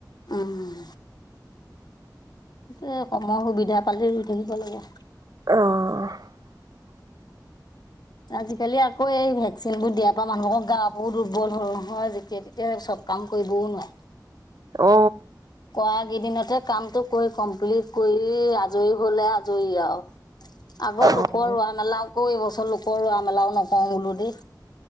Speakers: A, on the left (about 65°); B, on the right (about 55°).
A: উম। এ কয় সুবিধা পালে ৰুই থাকিব লাগে।
B: অহ ।
A: আজিকালি আকৌ এই ভেকচিন বোৰ দিয়াৰ পৰা মানুহকৰ গা প দুৰ্বল হল নহয় যেতিয়া তেতিয়া চব। কাম কৰিবওন ।
B: অ।
A: কৰা কেইদিনতহে কামটো কৰি কমপ্লিট কৰি আজৰি হলে আজৰি আৰু--। আগৰ লোকৰ
B: অ',
A: ৰোৱা মেলা আকৌ এইবছৰ লোকৰ ৰোৱা মেলাও নকওঁ বোলো দেই।